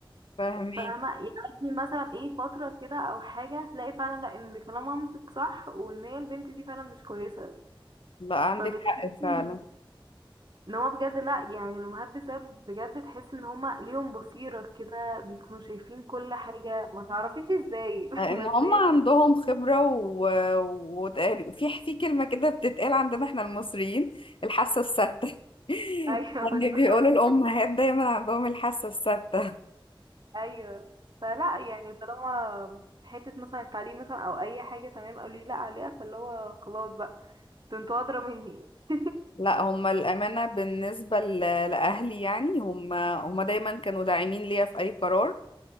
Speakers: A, on the left (about 70°); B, on the right (about 55°).
A: فاهمك
B: فاهمة يعني مثلا ايه فترة كده او حاجة تلاقي فعلا لا ان كلام مامتك صح وان هي البنت دي فعلا مش كويسة
A: لا عندك
B: فبتحسي
A: حق فعلا
B: ان هما بجد لا يعني الامهات بالذات بجد تحس ان هما ليهم بصيرة كده بيكونوا شايفين كل حاجة ما تعرفيش ازاي
A: ان
B: <laughs> بس
A: هم
B: هي
A: عندهم خبرة و... وتقال- في في كلمة كده بتتقال عندنا احنا المصريين الحاسة الستة <laughs>
B: ايوه بالظبط
A: يعني بيقولوا الأمهات دايما عندهم الحاسة الستة
B: ايوه فلا يعني طالما حته مثلا التعليم مثلا او اي حاجه تمام قالوا لي لا عليها فاللي هو خلاص بقى ده انتوا ادرى مني <laughs>
A: لا هم الأمانة بالنسبة ل... لأهلي يعني هم هم دايما كانوا داعمين ليا في أي قرار